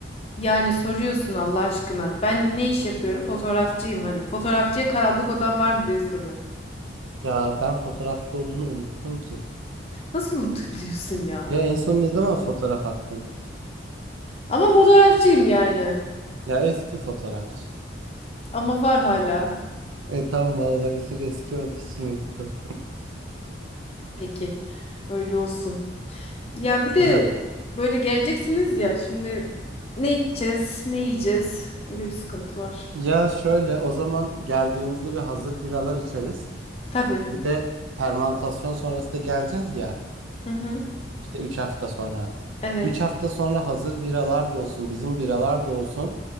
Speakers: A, on the left; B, on the right.
A: Yani soruyorsun Allah aşkına. Ben ne iş yapıyorum? Fotoğrafçıyım hani. Fotoğrafçıya karanlık odam var mı diye soruyor.
B: Ya ben fotoğrafçı olduğunu unuttum ki.
A: Nasıl unutabiliyorsun ya?
B: Ya en son ne zaman fotoğraf attın?
A: Ama fotoğrafçıyım yani.
B: Ya eski fotoğrafçı.
A: Ama var hala.
B: E tamam olabilir <laughs> eski olduğu için unuttum.
A: Peki. Öyle olsun. Ya bir de
B: <laughs>
A: böyle geleceksiniz ya. Şimdi ne içeceğiz, ne yiyeceğiz? Öyle bir sıkıntı var.
B: Ya şöyle o zaman geldiğimizde bir hazır biralar içeriz.
A: Tabii.
B: Bir de fermantasyon sonrası da geleceğiz ya
A: Hı hı.
B: işte 3 hafta sonra.
A: Evet.
B: 3 hafta sonra hazır biralar da olsun bizim biralar da olsun.